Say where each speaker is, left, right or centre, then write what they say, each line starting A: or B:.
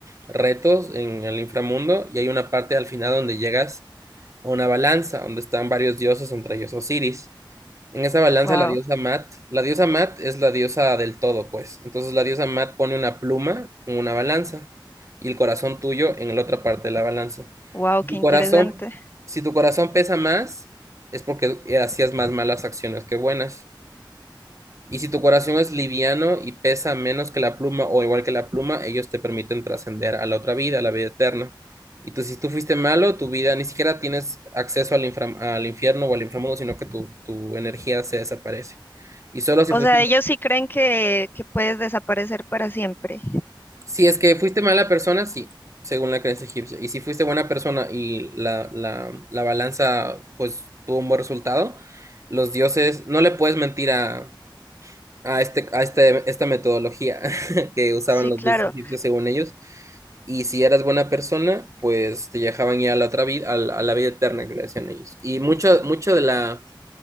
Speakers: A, on the right (about 40°); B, on the left (about 25°).
A: retos en el inframundo y hay una parte al final donde llegas a una balanza donde están varios dioses, entre ellos Osiris. En esa balanza
B: wow,
A: la diosa Mat, la diosa Mat es la diosa del todo, pues. Entonces la diosa Mat pone una pluma en una balanza y el corazón tuyo en la otra parte de la balanza.
B: wow,
A: Si
B: qué
A: Tu
B: interesante.
A: corazón, si tu corazón pesa más, es porque eh, hacías más malas acciones que buenas. Y si tu corazón es liviano y pesa menos que la pluma o igual que la pluma, ellos te permiten trascender a la otra vida, a la vida eterna. Y tú, si tú fuiste malo, tu vida ni siquiera tienes acceso al, infra- al infierno o al inframundo, sino que tu, tu energía se desaparece. Y solo si
B: O
A: fuiste,
B: sea, ellos sí creen que, que puedes desaparecer para siempre.
A: si es que fuiste mala persona, sí, según la creencia egipcia. Y si fuiste buena persona y la, la, la balanza, pues, tuvo un buen resultado, los dioses, no le puedes mentir a a, este, a este- esta metodología <laughs> que usaban
B: Sí,
A: los
B: claro.
A: dioses egipcios según ellos. Y si eras buena persona, pues te dejaban ir a la otra vida, a la, a la vida eterna que le decían ellos. Y mucha, mucha de la,